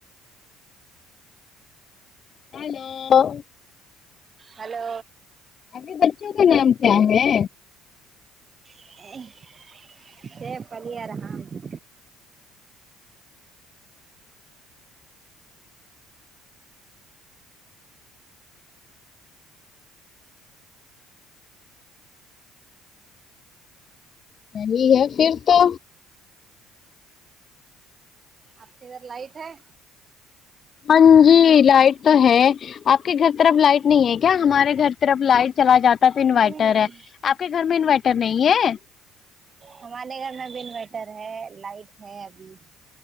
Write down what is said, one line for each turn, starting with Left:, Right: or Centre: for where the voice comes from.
Left: ہیلو
Right: ہلو
Left: آپ کے بچوں کے نام کیا ہے
Right: <unintelligible>
Left: نہیں ہے پھر تو
Right: آپ کے ادھر لائٹ ہے
Left: ہاں جی لائٹ تو ہے آپ کے گھر طرف لائٹ نہیں ہے کیا ہمارے گھر طرف لائٹ چلا جاتا ہے تو
Right: نہیں
Left: انویٹر
Right: نہیں
Left: ہے آپ کے گھر میں انویٹر نہیں ہے
Right: ہمارے گھر میں بھی انورٹر ہے لائٹ ہے ابھی